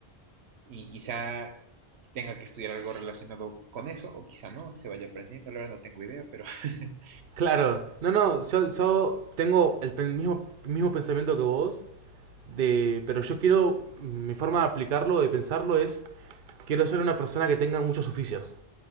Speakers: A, on the right (about 80°); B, on the right (about 60°).
A: Y quizá tenga que estudiar algo relacionado con eso, o quizá no, se vaya aprendiendo, la verdad no tengo idea, pero... <laughs>
B: Claro, no, no, yo, yo tengo el pen- mismo, mismo pensamiento que vos, de, pero yo quiero, mi forma de aplicarlo, de pensarlo es, quiero ser una persona que tenga muchos oficios.